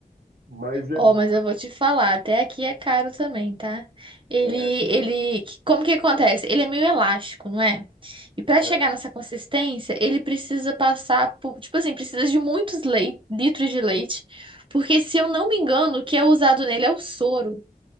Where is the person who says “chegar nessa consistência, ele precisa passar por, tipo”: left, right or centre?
Right